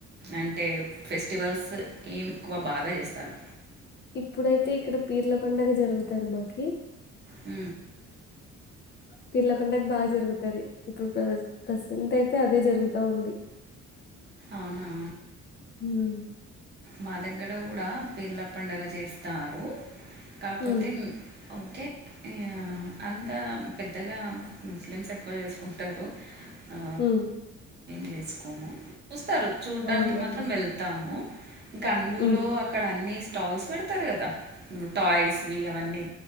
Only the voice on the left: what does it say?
ఇప్పుడైతే ఇక్కడ పీర్ల పండగ జరుగుతది మాకి
పీర్ల పండగ బాగ జరుగుతది ఇప్పుడు ప్ర ప్రసంట్ అయితే అదే జరుగుతా ఉంది
హ్మ్.
హ్మ్.
ఉ
అవునులేండి.
హ్మ్.